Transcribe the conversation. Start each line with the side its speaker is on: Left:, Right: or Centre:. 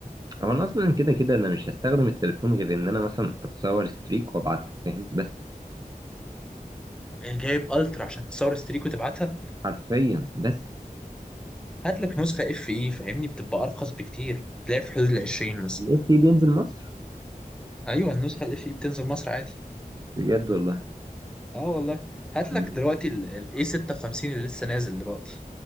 Right: هو انا اصلا كده كده انا مش هستخدم التليفون غير ان انا مثلا اتصور ستريك وابعتها فاهم بس
Centre: جايب الترا عشان تصور ستريك وتبعتها
Right: حرفيا بس
Centre: هات لك نسخه اف اي فاهمني بتبقى ارخص بكتير تلاقي في حدود ال 20 مثلا
Right: الاف في بينزل مصر
Centre: ايوه النسخه الاف اي بتنزل مصر عادي
Right: بجد والله
Centre: اه والله هات
Right: مم.
Centre: لك دلوقتي الاي 56 اللي لسه نازل دلوقتي